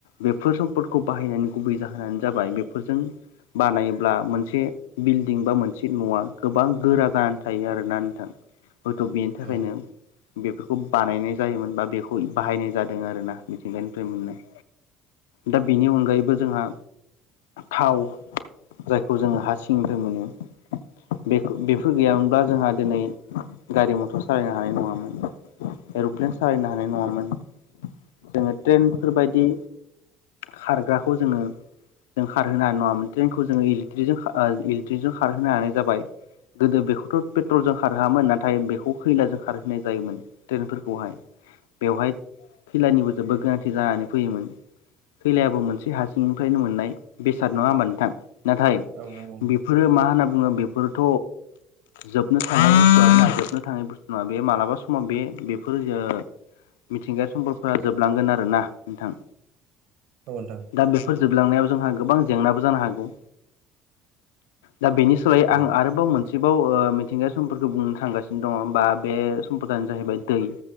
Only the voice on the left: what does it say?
बेफोर सम्पदखौ बाहायनानै गुबै जाहोनानो जाबाय बेफोरजों बानायोब्ला मोनसे मोनसे बिल्डिं बा मोनसे न'आ गोबां गोरा जानानै थायो आरो ना नोंथां। हयथ' बेनि थाखायनो
बेफोरखौ बानायनाय जायोमोन बा बेखौ बाहायनाय जादों आरोना मिथिंगानिफ्राय मोननाय दा बेनि अनगायैबो जोंहा थाव खौ जोङो हा सिंनिफ्राय मोनो। बे बेफोर गैयामोनब्ला जोंहा दिनै गारि मथर सालायनो हानाय नङामोन। एर'प्लेन सालायनो हानाय नङामोन जोङो ट्रेनफोरबायदि खारग्राखौ जोङो जों खारहोनो हानाय नङामोन ट्रेनखौ जोङो जों इलेकट्रिकजों खारहोनो हानो जाबाय। गोदो बेखौथ' पेट्रलजों खारहोआमोन नाथाय बेखौ खैलाजों खार होननाय जायोमोन ट्रेनफोरखौहाय बेवहाय खैलानिबो जोबबो गोनांथि जानानै फैयोमोन। खैलायाबो मोनसे हारसिंनिफ्रायनो मोननाय बेसाद नङा होमबा नोंथां नाथाय
बेफोरो मा होनना बुङो बेफोरथ' जोबनो थांनाय बुसतुआ जोबनो थांनाय बुस्थु नङा बे मालाबा समाव बे बेफोर ओ मिथिंगाया सम्बलफोरा जोबलांगोन आरो ना नोंथां।
दा बेफोर जोबलांनायाव जोंहा गोबां जेंनाबो जानो हागौ। दा बेनि सोलायै
आं आरो बाव मोनसेबाव ओ मिथिंगायारि सम्फदफोरखौ बुंनो थांगासिनो दङ बा बे सम्पदानो जाहैबाय दै